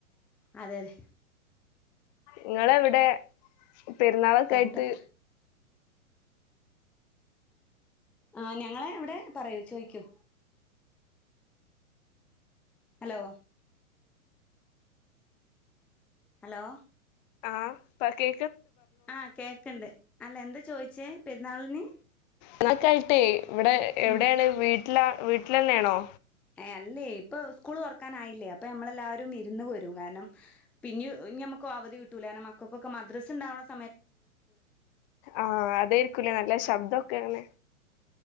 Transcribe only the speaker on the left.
ഇങ്ങളെവിടെ <inaudible> പെരുന്നാളൊക്കെ
ആയിട്ട്
ആഹ് പ കേ
ന്നൊകായിട്ടേ ഇവിടെ എവിടാണ്
വീട്ടില വീട്ടിലന്നാണോ
ആഹ് അതായിരിക്കൂലേ നല്ല ശബ്ദോ ക്കണെ